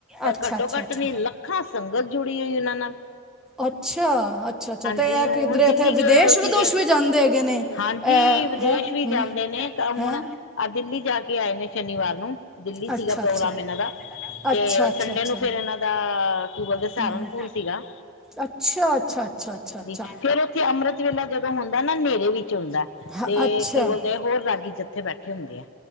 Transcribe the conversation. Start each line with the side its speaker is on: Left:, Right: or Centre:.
Centre: ਅੱਛਾ
Left: ਘੱਟੋ-ਘੱਟ
Centre: ਅੱਛਾ ਅੱਛਾ
Left: ਨੀ ਲੱਖ ਲੱਖਾਂ ਸੰਗਤ ਜੁੜੀ ਹੋਈ ਉਹਨਾਂ ਨਾਲ।
Centre: ਅੱਛਾ, ਅੱਛਾ-ਅੱਛਾ ਤੇ
Left: ਜੀ,
Centre: ਇਹ
Left: ਹੁਣ
Centre: ਕਿਧਰੇ
Left: ਦਿੱਲੀ
Centre: ਇੱਥੇ
Left: ਗਏ
Centre: ਵਿਦੇਸ਼
Left: ਹੋਏ
Centre: ਵਿਦੋਸ਼
Left: ਸੀਗੇ।
Centre: ਵੀ ਜਾਂਦੇ ਹੈਗੇ ਨੇ
Left: ਹਾਂਜੀ।
Centre: ਹੈ
Left: ਜੀ, ਵਿਦੇਸ਼ ਵੀ
Centre: ਹੂੰ
Left: ਜਾਂਦੇ ਨੇ, ਹੁਣ
Centre: ਹੈ
Left: ਆਹ ਦਿੱਲੀ ਜਾ ਕੇ ਆਏ ਨੇ ਸ਼ਨੀਵਾਰ ਨੂੰ। ਦਿੱਲੀ
Centre: ਅੱਛਾ
Left: ਸੀਗਾ ਪ੍ਰੋਗਰਾਮ
Centre: ਅੱਛਾ
Left: ਇਹਨਾਂ ਦਾ ਤੇ
Centre: ਅੱਛਾ ਅੱਛਾ
Left: ਸੰਡੇ
Centre: ਅੱਛਾ
Left: ਨੂੰ ਫਿਰ ਇਹਨਾਂ ਦਾ ਕੀ ਬੋਲਦੇ ਸਾਰਨ
Centre: ਹਮ।
Left: ਪੂਰ ਸੀਗਾ।
Centre: ਅੱਛਾ, ਅੱਛਾ-ਅੱਛਾ ਅੱਛਾ-ਅੱਛਾ।
Left: ਫਿਰ ਉੱਥੇ ਅੰਮ੍ਰਿਤ ਵੇਲਾ ਜਦੋਂ ਹੁੰਦਾ ਨਾ, ਨ੍ਹੇਰੇ ਵਿੱਚ ਹੁੰਦਾ।
Centre: ਹਾਂ
Left: ਤੇ
Centre: ਅੱਛਾ
Left: ਕੀ ਬੋਲਦੇ ਹੋਰ ਰਾਗੀ ਜੱਥੇ ਬੈਠੇ ਹੁੰਦੇ ਆ।